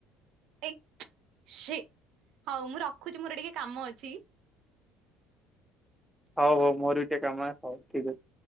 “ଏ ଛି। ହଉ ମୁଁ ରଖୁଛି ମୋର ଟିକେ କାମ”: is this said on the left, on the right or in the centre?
Right